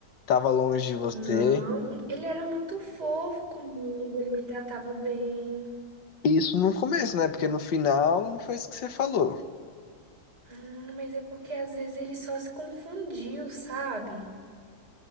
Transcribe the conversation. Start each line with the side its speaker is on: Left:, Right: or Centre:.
Left: Tava longe de você.
Right: Não, ele era muito fofo comigo, ele me tratava bem.
Left: Isso no começo, né? Porque no final não foi isso que você falou.
Right: Ah, mas é porque às vezes ele só se confundiu, sabe?